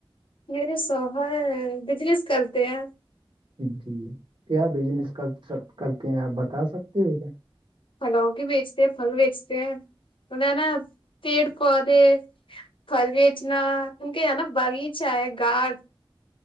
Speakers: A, on the left; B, on the right.
A: نہیںیرے سہائے بزنیس کرلتے ہیں
B: جی کیا بزنس کر کرتے ہیں آپ بتا سکتے ہو کیا
A: پلاؤں کی بیچتے ہیں پھل بیچتے ہیں مط ہے نا پیڑ پودے پھل بیچنا کیونک یہ نا باغیچہ ہے گاڈ